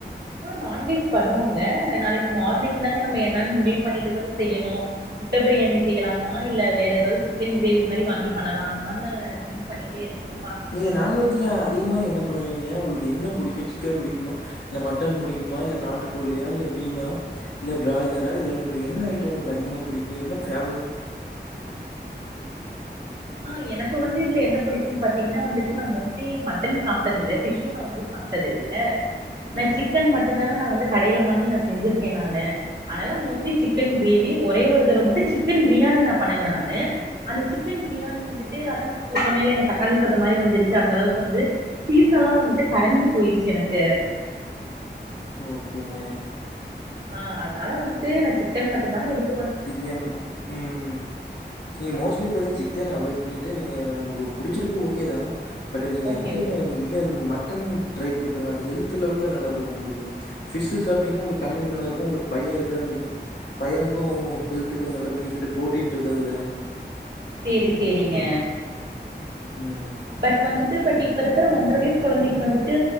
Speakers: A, on the right; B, on the left.
A: ஆ நான்வெஜ் பண்ணுவோங்க நாளைக்கு மார்னிங் தாங்க நம்ம என்னன்னு முடிவு பண்ணிட்டுதாங்க செய்யணு முட்டை பிரியாணி செய்யலாமா இல்ல வேற எதாவது சிக்கன் கிரேவி மாரி வாங்கி பண்ணலாமான்னு திங்க் பண்ணிட்டே இருக்கங்க.
B: நீங்க நான்வெஞஜ்ல அதிகமா என்ன பண்ணுவீங்க உங்களுக்கு என்ன புடிக் க்கு சிக்கன் புடிக்குமா இல்ல மட்டன் புடிக்குமா இல்ல நாட்டுக்கோழியா இல்ல மீனா இல்ல ஃப்ராய்லரா இதுல உங்களுக்கு என்ன ஐட்டோ உங்களுக்கு அதிகமா புடிக்கும் என்ன ஃபெவர்
A: ஆ எனக்கு வந்து இதுல என்ன புடிக்கும்ன்னு பாத்தீங்கன்னா வந்துட்டு நா மோஸ்ட்லி மட்டன் சாப்டது இல்ல ஃபிஷ்ஷு நா வந்து சாப்டது இல்ல நா
B: ம்
A: சிக்கன் மட்டு தாங்க நா வந்து கடைல வாங்கி நா செஞ்சிருக்கே நானு ஆனா மோஸ்ட்லி சிக்கன் கிரேவி ஒரே ஒரு தடவை மட்டு சிக்கன் பிரியாணி நா பண்ணுனே நானு அந்த சிக்கன் பிரியாணி வந்துட்டு அதா சொன்னேல்ல எங்க தக்காளி சாதோ மாரி வந்துருச்சு அந்த அளவுக்கு வந்து பீஸ் எல்லா வந்துட்டு கரைஞ்சு போயிருச்சு எனக்கு
B: ஓகேங்க.
A: ஆ அதனால வந்துட்டு நா சிக்கன் மட்டு தாங்க எடுப்
B: <unintelligible> ம் நீங்க மோஸ்ட்லி பாத்தீங்க சிக்கன் அவாய்ட் பண்ணி நீங்க உங்களுக்கு புடிச்சுருக்கு ஓகே தா பட் நீங்க
A: ஓகே
B: வந்துட்டு
A: ஓ
B: இது மட்டன் ஃட்ரை பண்ணி பாருங்க அது ஹெல்த் லெவல்ல நல்லா இருக்கும் உங்களுக்கு ஃபிஷ் சாப் டிங்கன்னா உங்களுக்கு கண்ணுக்கு நல்லா இருக்கும் உங்களுக்கு பையன் இருக்காங்கிறீங்க பையனுக் <unintelligible> ஹெல்துக்கு நல்ல பெனிஃபிட் ஃப்ரோட்டீன் இருக்கு அதுல
A: சேரி சேரிங்க
B: ம்
A: பட் வந்துட்டு பட் இ இப்ப இருக்குற ஒன்ற வயசு குழந்தைக்கு வந்துட்டு